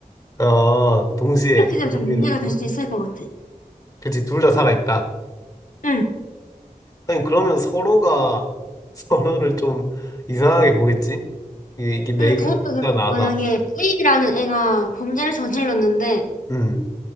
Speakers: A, on the left; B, on the left.
A: 어, 동시에,
B: 이렇게 되면
A: 동시에
B: 좀 문제가 될
A: 둘,
B: 수 있을 것 같아.
A: 그치, 둘 다 살아있다.
B: 응,
A: 아니, 그러면 서로가 <laughs> 서로를 좀 이상하게 보겠지? 이게, 이게 내가
B: 응, 그것도
A: 진짜
B: 그렇고,
A: 나다.
B: 만약에 A라는 애가 범죄를 저질렀는데,
A: 음.